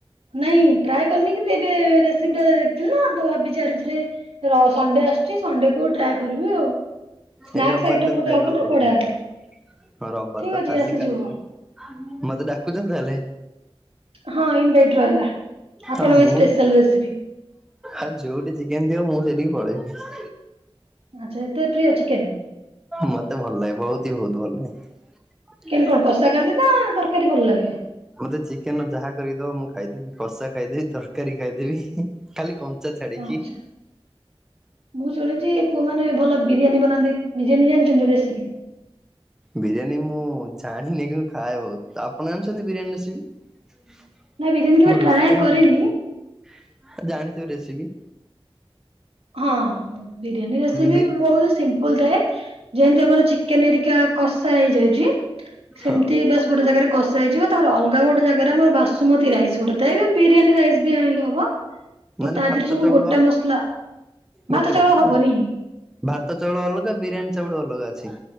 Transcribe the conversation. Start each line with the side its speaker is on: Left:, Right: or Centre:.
Right: ନାଇଁ ଟ୍ରାଏ କରିନି କିନ୍ତୁ ଏବେ ରେସିପିଟା ଥିଲି ନା ତ ଭାବିଚି ଆରି ଭିତରେ ର ସଣ୍ଡେ ଆସ ଚି ସଣ୍ଡେ କୋଉ ଟ୍ରାଏ କରିବି ଆଉ। ସ୍ନାକ୍ସ
Centre: ଏଇ ରବିବାର
Right: ଆଇଟମ
Centre: ତାହେଲେ
Right: ଗୋଟେ
Centre: ଫାଇନାଲ
Right: ହବ ନା
Centre: କରୁଚନ୍ତି
Right: ବଢିଆ ହବ
Centre: ହଁ ରବିବାର
Right: ଠିକ
Centre: ତ
Right: ଅଛି
Centre: କାଲି
Right: ଆସିଯିବ
Centre: କାଲି ମତେ ଡାକୁଚ ତାହେଲେ।
Right: ହଁ ଇନଭାଇଟ୍ ରହିଲା ଆପଣଙ୍କ
Centre: ହଁ ମୁଁ
Right: ସ୍ପେଶାଲ ରେସିପି।
Centre: ଆଉ ଯୋଉଠି ଚିକେନ ଦିଅ ମୁଁ ସେଇଠିକି ପଳେଇବି।
Right: ଆଚ୍ଛା ଏତେ ପ୍ରିୟ ଚିକେନ
Centre: ମତେ ଭଲ ଲାଗେ ବୋହୁତ ହି ବୋହୁତ ଭଲ ଲାଗେ। <inaudible>
Right: କେମିତି କଣ କଷା ଖାଆନ୍ତି ତା ତରକାରୀ ଭଲ ଲାଗେ?
Centre: ମତେ ଚିକେନର ଯାହା କରିକି ଦବ ମୁଁ ଖାଇଦେବି। କଷା ଖାଇଦେବି ତରକାରୀ ଖାଇଦେବି। ଖାଲି କଞ୍ଚା ଛାଡିକି।
Right: ଆଚ୍ଛା ମୁଁ ଶୁଣୁଚି ପୁଅମାନେ ଭଲ ବିରିୟାନୀ ବନାନ୍ତି ବିରିୟାନୀ ଜାଣିଚନ୍ତି ରେସିପି।
Centre: ବିରିୟାନୀ ମୁଁ ଜାଣିନି କିିନ୍ତୁ ମୁଁ ଖାଏ ବୋହୁତ ଆପଣ ଜାଣିଚନ୍ତି ବିରିୟାନୀ ରେସିପି।
Right: ନା ବିରିୟାନୀ କେବେ
Centre: ମୁଁ ରୋଷେଇ
Right: ଟ୍ରାଏ
Centre: ହିଁ
Right: କରିନି
Centre: ଶିଖିନି ଜାଣିନି ଜାଣିଥିବେ ରେସିପି।
Right: ହଁ ବିରିୟାନୀ ରେସିପି
Centre: ବିରି
Right: ବୋହୁତ ସିମ୍ପଲ୍ ଥାଏ। ଯେମିତି ଆମର ଚିକେନ ଏରିକା କଷା ହେଇଯାଇଛି। ସେମିତି
Centre: ହଁ
Right: ବାସ୍ ଗୋଟେ ଜାଗାରେ କଷା ହେଇଯିବ। ତାର ଅଲଗା ଗୋଟେ ଜାଗାରେ ଆମର ବାସୁମତି ରା ଇସ୍ ଗୋଟେ ଏ ଏବେ ବିରିୟାନୀ ରାଇସ୍ ବି ଆଣିଲେ ହବ। ତ
Centre: ମାନେ
Right: ତା
Centre: ଭାତ
Right: ଦେହରେ ସବୁ
Centre: ଚାଉଳ
Right: ଗୋଟା ମସଲା ଭାତ
Centre: ଗୋଟେ
Right: ଚାଉଳ
Centre: ମିନିଟ
Right: ହବନି
Centre: ଭାତ ଚାଉଳ ଅଲଗା ବିରିୟାନୀ ଚାଉଳ ଅଲଗା ଅଛି।